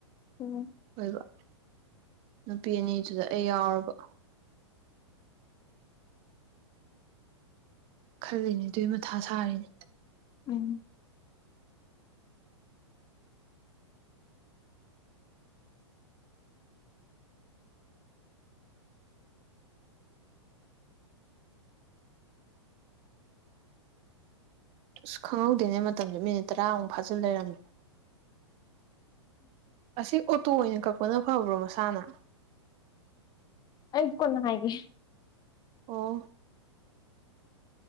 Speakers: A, on the left; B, on the right.
A: ꯎꯝ
B: ꯑꯣꯏꯕ ꯅꯨꯄꯤ ꯑꯅꯤꯗꯨꯗ ꯑꯩ ꯌꯥꯎꯔꯕ ꯈꯜꯂꯤꯅꯦ ꯑꯗꯨꯏ ꯃꯊꯥ ꯁꯥꯔꯤꯅꯦ
A: ꯎꯝ
B: ꯑꯁ ꯈꯪꯍꯧꯗꯦꯅꯦ ꯃꯇꯝꯁꯦ ꯃꯤꯅꯤꯠ ꯇꯔꯥꯃꯨꯛ ꯐꯥꯖꯤꯜ ꯂꯩꯔꯝꯃꯦ ꯑꯁꯤ ꯑꯣꯇꯣ ꯑꯣꯏꯅ ꯀꯛꯄꯅ ꯐꯕ꯭ꯔꯣ ꯃꯁꯥꯅ
A: ꯑꯩꯠ ꯀꯅ ꯍꯥꯏꯦ
B: ꯑꯣ